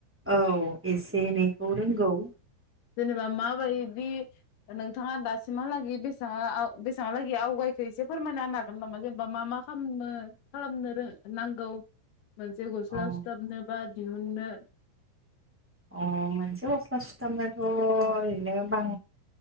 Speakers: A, on the right; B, on the left.
A: औ एसे एनैखौ रोंगौ
B: जेनेबा माबायदि नोंथाङा दासिमहालागै <unintelligible> बेसेङाहालागै <unintelligible> एसे फोरमायना होनो हागोन नामा जेनेबा मा मा खालामनो खालामनो नांगौ। मोनसे गस्ला
A: अ
B: सुथाबनो बा दिहुननो
A: अ मोनसे गस्ला सुथाबनोथ' ओरैनो बां